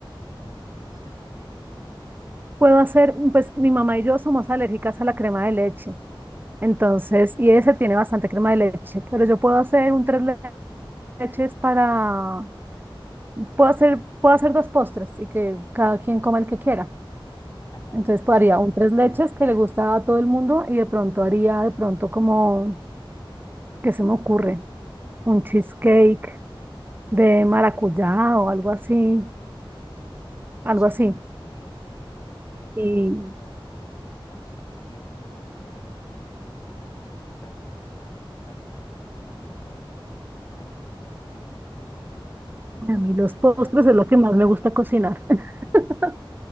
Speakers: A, on the left; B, on the right.
A: como una opción, ¿no?
B: Puedo hacer, pues mi mamá y yo somos alérgicas a la crema de leche. Entonces, y ese tiene bastante crema de leche, pero yo puedo hacer un tres leches para, puedo hacer, puedo hacer dos postres y que cada quien coma el que quiera.
A: Ah,
B: Entonces
A: ok,
B: pues,
A: sí.
B: haría un tres leches que le gusta a todo el mundo y de pronto haría de pronto como, ¿qué se me ocurre? Un cheesecake de maracuyá o algo así, algo
A: Sí,
B: así.
A: podría ser, también podría ser,
B: Y
A: no sé qué tal, o si prefieres como para que no necesites como cocinar tanto ni preparar tanto como comprar unas donas, algo como casualito o incluso
B: a mí los postres
A: pues,
B: es lo que más me gusta cocinar. <laughs>
A: sí.